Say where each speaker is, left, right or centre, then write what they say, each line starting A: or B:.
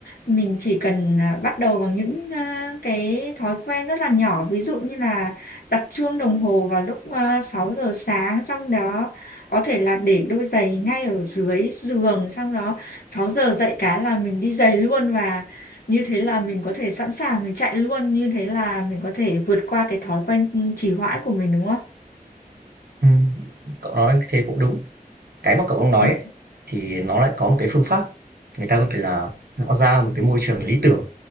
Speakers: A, on the left; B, on the right.
A: Mình chỉ cần à, bắt đầu bằng những à, cái thói quen rất là nhỏ, ví dụ như là đặt chuông đồng hồ vào lúc uh, 6 giờ sáng, xong đó có thể là để đôi giày ngay ở dưới giường, xong đó 6 giờ dậy cái là mình đi giày luôn và như thế là mình có thể sẵn sàng mình chạy luôn như thế là mình có thể vượt qua cái thói quen ừ, trì hoãn của mình đúng không?
B: Ừm, cậu nói thế cũng đúng. Cái mà cậu đang nói
A: Ừ.
B: ấy, thì nó lại có một cái phương pháp, người ta gọi là tạo ra một cái môi trường lý tưởng